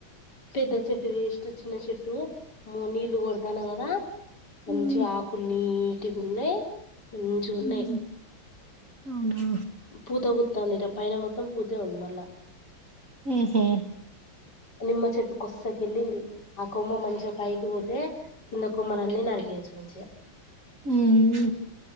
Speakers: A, on the left; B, on the right.
A: పెద్ద చెట్టు వేస్ట్ చిన్న చెట్టు నీళ్లు కొడతాను కదా మంచిగ
B: ఉమ్,
A: ఆకులు నీటిగా ఉన్నాయి మంచిగ ఉన్నాయి
B: ఉమ్, అవునా
A: పూత పూత్తాందిట పైన మొత్తం పూతే ఉంది మళ్ళా
B: ఊహూ
A: నిమ్మ చెట్టు కొసకెళ్ళింది ఆ కొమ్మ మంచిగా పైకి పోతే కింద కొమ్మలన్నీ నరికియి యెచ్చు మంచిగా
B: హ్మ్